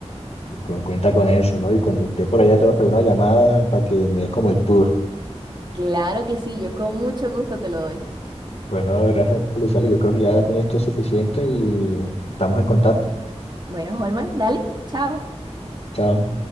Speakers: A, on the left (about 65°); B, on the right (about 40°).
A: Y cu- cuenta con eso, ¿no? Y cuando esté por allá te va a pegar una llamada para que me des como el tour.
B: Claro que sí, yo con mucho gusto te lo doy.
A: Bueno, gracias, Luzali. Yo creo que ya con esto es suficiente y estamos en contacto.
B: Bueno, Holman, dale, chao.
A: Chao.